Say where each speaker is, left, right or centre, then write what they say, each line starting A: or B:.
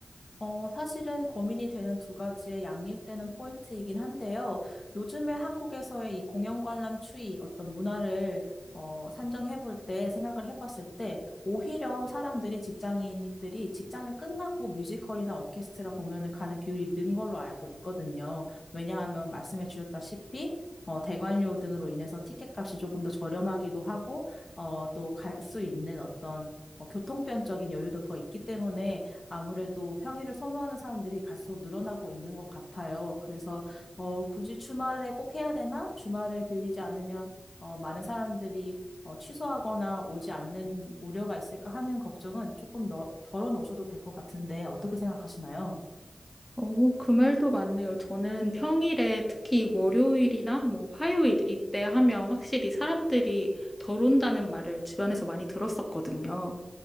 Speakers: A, on the left; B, on the left.
A: 어, 사실은 고민이 되는 두 가지의 양립되는 포인트이긴 한데요. 요즘에 한국에서의 이 공연 관람 추이, 어떤 문화를 어, 산정해 볼 때, 생각을 해 봤을 때, 오히려 사람들이, 직장인들이 직장을 끝나고 뮤지컬이나 오케스트라 공연을 가는 비율이 는 걸로 알고 있거든요. 왜냐하면 말씀해 주셨다시피, 어, 대관료 등으로 인해서 티켓값이 조금 더 저렴하기도 하고, 어, 또 갈 수 있는 어떤 어, 교통편적인 여유도 더 있기 때문에 아무래도 평일을 선호하는 사람들이 갈수록 늘어나고 있는 것 같아요. 그래서 어, 굳이 주말에 꼭 해야 되나? 주말을 빌리지 않으면 어, 많은 사람들이 어, 취소하거나 오지 않는 우려가 있을까 하는 걱정은 조금 더 덜어놓으셔도 될 것 같은데 어떻게 생각하시나요?
B: 어, 그 말도 맞네요. 저는 평일에 특히 월요일이나 뭐 화요일 이때 하면 확실히 사람들이 덜 온다는 말을 주변에서 많이 들었었거든요.